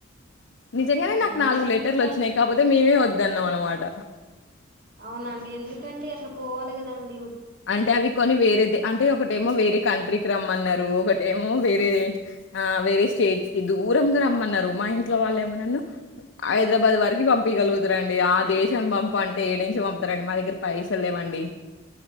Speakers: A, on the left; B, on the right.
A: నిజంగానే
B: అవునండి
A: నాకు నాలుగు
B: మరి
A: లెటర్లు
B: ఎందుకు జాయిన్
A: వచ్చినాయ్ మేమే వద్దన్నాం అనమాట
B: అవునాండి ఎందుకండి అట్లా పోవాలె గదండి
A: అంటే అవి కొన్ని వేరేది అంటే ఒక డెమో వేరే కంట్రీకి రమ్మన్నారు ఒకటేమో వేరే ఆ వేరే స్టేట్స్ కి దూరంగా రమ్మన్నారు మా ఇంట్లో వాళ్ళు ఏమో నన్ను హైదరాబాద్ వరికి పంప్ పిగలుగుతారండి ఆ దేశం పంప అంటే ఏడి నుంచి పంపుతారండి మా దగ్గర పైసలు లేవండి